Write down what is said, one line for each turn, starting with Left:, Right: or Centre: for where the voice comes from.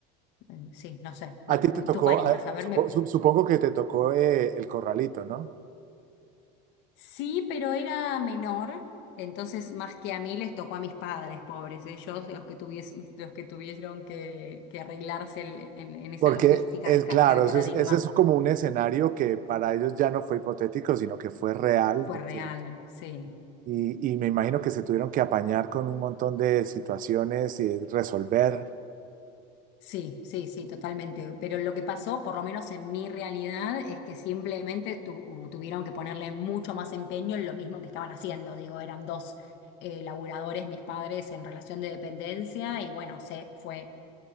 Left: eh, sí, no sé, no,
Right: A ti
Left: mm,
Right: te tocó,
Left: ¿tú qué harías?
Right: eh,
Left: A ver,
Right: supo-
Left: me-
Right: su- supongo que te tocó eh, el corralito, ¿no?
Left: sí, pero era menor, entonces más que a mí les tocó a mis padres, pobres, ellos, los que tuvies, los que tuvieron que, que arreglarse el- en en esa
Right: Porque
Left: logística
Right: es
Left: de cambio
Right: claro,
Left: de paradigma,
Right: ese es, ese es como un escenario que para ellos ya no fue hipotético, sino que fue real,
Left: fue
Right: ¿no
Left: real,
Right: es cierto?
Left: sí.
Right: Y, y me imagino que se tuvieron que apañar con un montón de situaciones y resolver.
Left: Sí, sí, sí, totalmente. Pero lo que pasó, por lo menos en mi realidad, es que simplemente tu- tuvieron que ponerle mucho más empeño en lo mismo que estaban haciendo. Digo, eran dos eh, laburadores, mis padres, en relación de dependencia y bueno, se fue